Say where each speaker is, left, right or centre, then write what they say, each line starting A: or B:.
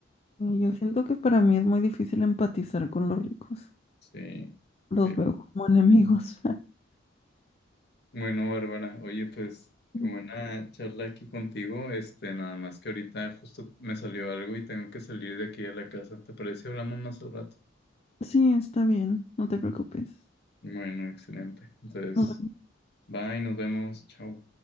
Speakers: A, on the left; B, on the left.
A: Y Yo siento que para mí es muy difícil empatizar con los ricos.
B: Sí,
A: Los
B: sí.
A: veo como enemigos.
B: Bueno, Bárbara, oye, pues qué
A: <laughs>
B: buena charla aquí contigo. Este, nada más que ahorita justo me salió algo y tengo que salir de aquí a la casa. ¿Te parece? Hablamos más al rato.
A: Sí, está bien, no te preocupes.
B: Bueno, excelente. Entonces,
A: Nos
B: bye, nos vemos. Chao.